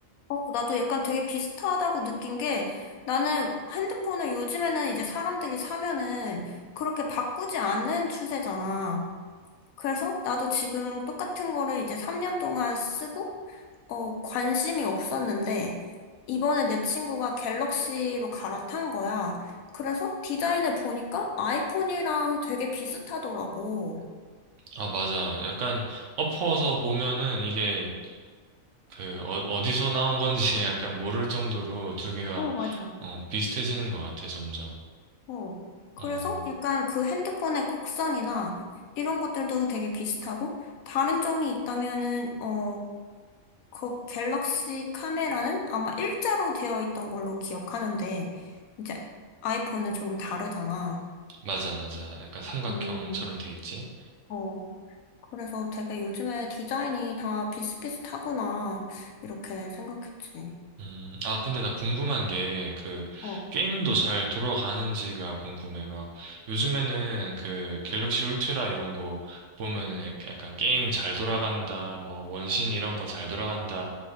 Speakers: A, on the left; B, on the right.
A: 어, 나도 약간 되게 비슷하다고 느낀 게 나는 핸드폰을 요즘에는 이제 사람들이 사면은 그렇게 바꾸지 않는 추세잖아. 그래서 나도 지금 똑같은 거를 이제 3년 동안 쓰고, 어, 관심이 없었는데, 이번에 내 친구가 갤럭시로 갈아탄 거야. 그래서 디자인을 보니까 아이폰이랑 되게 비슷하더라고.
B: 아, 맞아. 약간 엎어서 보면은 이게 그, 어, 어디서 나온 건지 <laughs> 약간 모를 정도로 두 개가,
A: 어, 맞아.
B: 어, 비슷해지는 것 같아, 점점.
A: 어. 그래서
B: 어,
A: 약간 그 핸드폰의 곡선이나 이런 것들도 되게 비슷하고, 다른 점이 있다면은, 어, 그 갤럭시 카메라는 아마 일자로 되어 있던 걸로 기억하는데, 이제 아이폰은 조금 다르잖아.
B: 맞아, 맞아. 약간 삼각형처럼
A: 음.
B: 돼 있지?
A: 어, 그래서 되게 요즘에 디자인이 다 비슷비슷하구나, 이렇게 생각했지.
B: 음, 아, 근데 나 궁금한 게, 그,
A: 어.
B: 게임도 잘 돌아가는지가 궁금해. 막, 요즘에는 그, 갤럭시 울트라 이런 거 보면은 약간 게임 잘 돌아간다, 뭐, 원신 이런 거 잘 돌아간다,